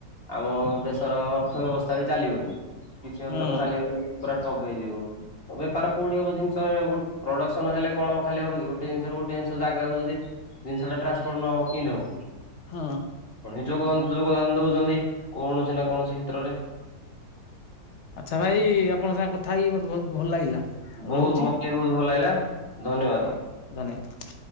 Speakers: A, on the left; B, on the left.
A: ଆମ ଦେଶର ଅର୍ଥ ବ୍ୟବସ୍ଥା ବି ଚାଲିବନି କିଛି
B: ହୁଁ
A: ହତକ ଚାଲିବନି। ପୁରା ଠପ ହେଇଯିବ। ବେପାର କୋଉଠି ହବ ଜିନିଷ ଗୋ ପ୍ରଡକ୍ସନ ହେଲେ କଣ ଖାଲି ହବ କି ଗୋଟେ ଜିନିଷ ରୁ ଗୋଟେ ଜିନିଷ ଯା ଏହାକୁ ଯଦି ଜିନିଷ ଟା ଟ୍ରାଂଶପୋର୍ଟ ନ ହେବ କେମିତି ହେବ।
B: ହଁ
A: ନିଜକୁ ଆ ଯୋଗଦାନ ଦଉଛନ୍ତି କୌଣସି ନା କୌଣସି କ୍ଷେତ୍ରରେ।
B: ଆଚ୍ଛା ଭାଇ ଆପଣଙ୍କ ସାଙ୍ଗେ କଥା ହେଇ ମତେ ବହୁତ ଭଲ ଲାଗିଲା।
A: ବହୁତ
B: ରହୁଛି
A: ମତେ ବି ବହୁତ ଭଲ ଲାଗିଲା ଧନ୍ୟବାଦ।
B: ହଉ ଧନ୍ୟବାଦ।